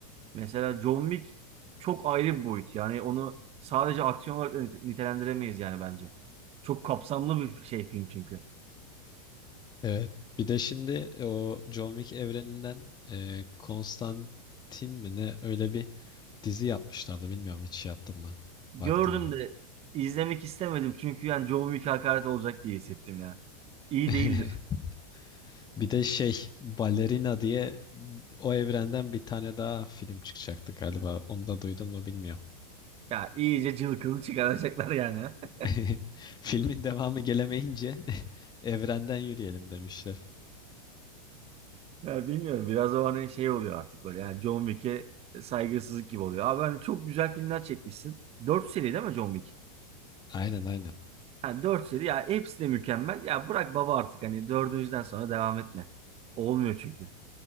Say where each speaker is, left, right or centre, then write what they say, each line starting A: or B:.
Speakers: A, on the right; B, on the left.
A: Mesela John Wick çok ayrı bir boyut. Yani onu sadece aksiyon olarak da nite- nitelendiremeyiz yani bence. Çok kapsamlı bir şey film çünkü.
B: Evet. Bir de şimdi e, o John Wick evreninden e, Konstantin mi ne öyle bir dizi yapmışlardı. Bilmiyorum hiç şey yaptın mı?
A: Gördüm
B: Baktın mı?
A: de izlemek istemedim çünkü yani John Wick hakaret olacak diye hissettim ya. İyi
B: <laughs>
A: değildir.
B: Bir de şey Balerina diye o evrenden bir tane daha film çıkacaktı galiba. Onu da duydun mu bilmiyorum.
A: Ya iyice cılkını çıkaracaklar yani. <laughs>
B: <laughs> Filmin devamı gelemeyince <laughs> evrenden yürüyelim demişler.
A: Ya bilmiyorum biraz o hani şey oluyor artık böyle yani John Wick'e saygısızlık gibi oluyor. Abi hani çok güzel filmler çekmişsin. 4 seri değil mi John Wick?
B: Aynen aynen.
A: Yani 4 seri ya hepsi de mükemmel. Ya bırak baba artık hani dördüncüden sonra devam etme. Olmuyor çünkü.